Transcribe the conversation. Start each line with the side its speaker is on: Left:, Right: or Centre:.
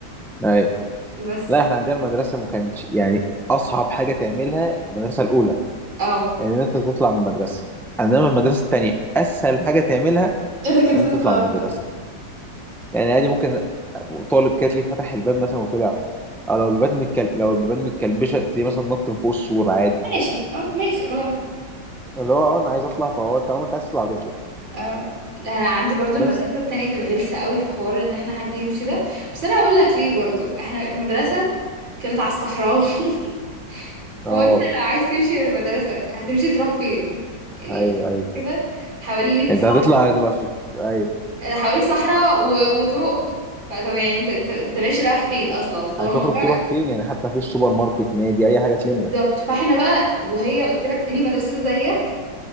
Centre: ايوه
Right: <laughs> بس
Centre: لا احنا عندنا المدرسه ما كانتش يعني اصعب حاجه تعملها في المدرسه الاولى
Right: اه
Centre: يعني ان انت تطلع من المدرسه انما المدرسه التانيه اسهل حاجه تعملها
Right: انا كنت
Centre: ان
Right: تطلع
Centre: انت تطلع من
Right: من المدرسة.
Centre: المدرسه يعني عادي ممكن طالب كده تلاقيه فتح الباب مثلا وطلع او لو البيبان متكل... لو البيبان متكلبشه تلاقيه مثلا نط من فوق السور عادي
Right: ماشي اه ماشي خلاص
Centre: اللي هو اه انا عايز اطلع فهو طالما انت عايز تطلع هتطلع
Right: اه انا عندي برضو
Centre: بس
Right: المدرسه التانية كانت غلسه قوي في حوار ان احنا حد يمشي ده بس انا هقول لك ليه برضو احنا المدرسه كانت على الصحراوي <laughs> فهو
Centre: اه
Right: انت لو عايز تمشي من المدرسه هتمشي تروح فين يعني
Centre: ايوه
Right: انت
Centre: ايوه
Right: كده حواليك
Centre: انت
Right: صح
Centre: هتطلع هتبقى في ايوه
Right: حواليك صحراء و... وطرق فطب يعني انت انت انت ماشي رايح فين اصلا فهو
Centre: هتخرج
Right: الموضوع
Centre: تروح فين يعني حتى مفيش سوبر ماركت نادي اي حاجه تلمك
Right: بالظبط فاحنا بقى وهي قلت لك تاني مدرسه زيك